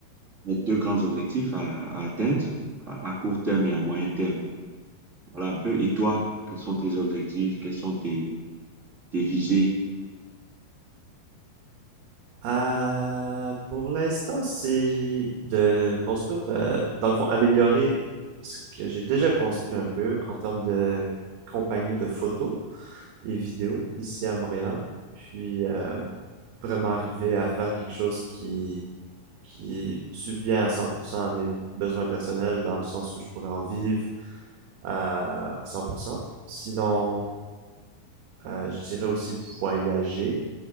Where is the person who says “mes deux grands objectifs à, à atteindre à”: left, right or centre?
Right